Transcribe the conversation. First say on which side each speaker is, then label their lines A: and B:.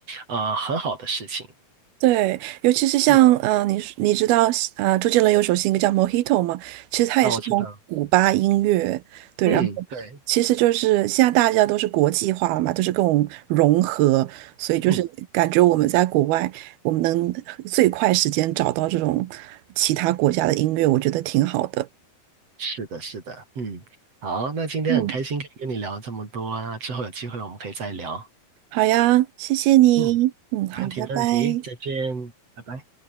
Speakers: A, on the right; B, on the right.
A: 呃很好的事情。
B: 对，尤其是像呃，
A: 嗯，
B: 你你知道呃，周杰伦有首新歌叫《Mojito》吗？其实他也是从古巴音乐，
A: 那我知道。
B: 对，
A: 嗯，
B: 然后。
A: 对，
B: 其实就是现在大家都是国际化了嘛，都是各种融合，所以就是感觉我们在国外，
A: 嗯，
B: 我们能最快时间找到这种其他国家的音乐，我觉得挺好的。
A: 是的，是的，嗯，好，那今天很开心可以跟你聊这么多啊，
B: 嗯，
A: 之后有机会我们可以再聊。
B: 好呀，谢谢你。
A: 嗯，
B: 嗯，好，
A: 没问题，
B: 拜拜。
A: 没问题，再见，拜拜。